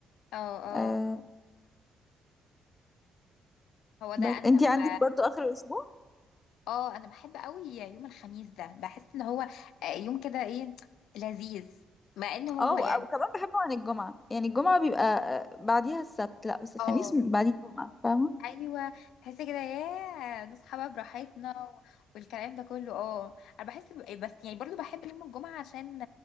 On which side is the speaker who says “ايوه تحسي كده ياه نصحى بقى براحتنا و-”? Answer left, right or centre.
Left